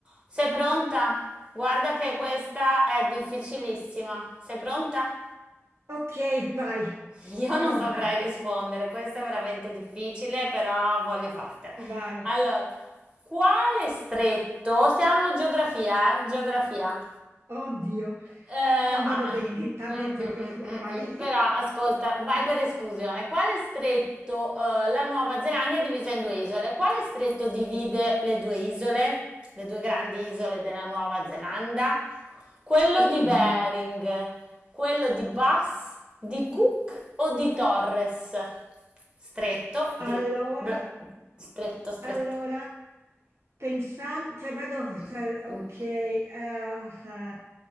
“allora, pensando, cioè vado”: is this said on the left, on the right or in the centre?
Right